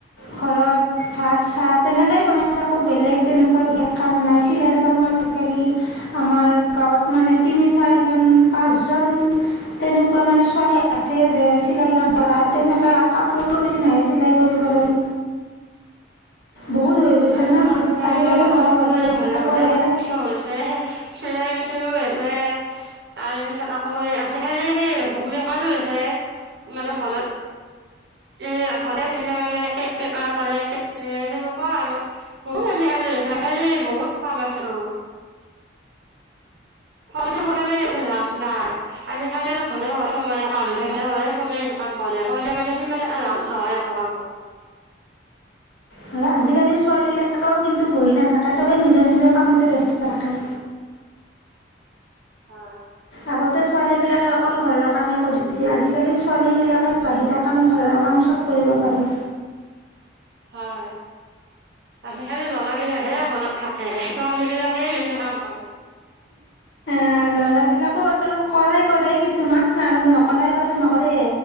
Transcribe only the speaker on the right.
উম
আজি
কালি
আৰু
সকলোৰে
ঘৰে ঘৰে
<unintelligible> হৈছে চিলাই বেচিবই তাৰপিছত আকৌ এই আজিকালি সেই হোমলেকানো লৈছে মানে খনত এ খৰে থাকিলে মানে কে বেমাৰ কৰে কে সেনেকুৱা আৰু বহুত আজিকালি বহুত কাম আছে ত ফালগিব মানে লাভ নাই আজি কালি মান ঘৰে হয় চ মেনে কাম হয়নে চবে ইনকাম কৰে কৰিলে মানে সিমানে এলাভ নহয় একো কামত
অ
উম
হয় আজি কালি ল'ৰা বিলাকহে হনত থাকে ছোৱালী বিলাকে বেছি কাম কৰে